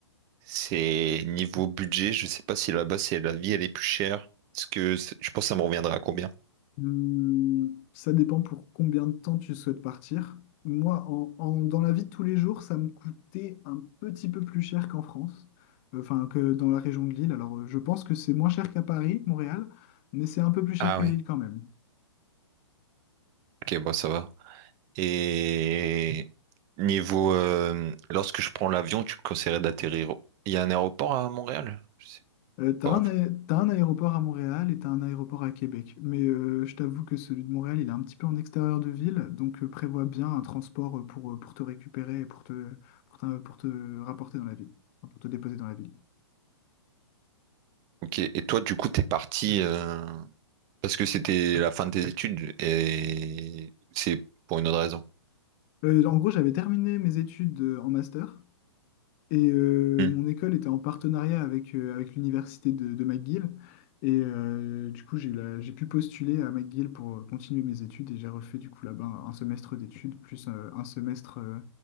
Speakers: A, on the right; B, on the left.
A: c'est niveau budget. Je sais pas si là-bas, c'est la vie, elle est plus chère. Parce que c'est- je pense que ça me reviendra à combien?
B: Hum, ça dépend pour combien de temps tu souhaites partir. Moi, en, en- dans la vie de tous les jours, ça me coûtait un petit peu plus cher qu'en France, Euh, enfin que dans la région de Lille. Alors, euh, je pense que c'est moins cher qu'à Paris, Montréal, mais c'est un peu plus cher
A: Ah
B: qu'à
A: oui.
B: Lille quand même.
A: Ok, bon, ça va. Et niveau, euh, lorsque je prends l'avion, tu me conseillerais d'atterrir. Il y a un aéroport à Montréal? Je sais
B: Euh, t'as
A: pas.
B: un, aé- t'as un aéroport à Montréal et t'as un aéroport à Québec. Mais euh, je t'avoue que celui de Montréal, il est un petit peu en extérieur de ville, donc euh, prévois bien un transport euh, pour, euh, pour te récupérer et pour te, pour te, pour te rapporter dans la ville, enfin, pour te déposer dans la ville.
A: Ok, et toi, du coup, t'es parti euh, parce que c'était la fin de tes études et c'est pour une autre raison.
B: Euh, en gros, j'avais terminé mes études euh, en master et euh,
A: Hmm.
B: mon école était en partenariat avec, euh, avec l'université de, de McGill. Et euh, du coup, j'ai eu la- j'ai pu postuler à McGill pour euh, continuer mes études et j'ai refait du coup là-bas un semestre d'études plus euh, un semestre, euh,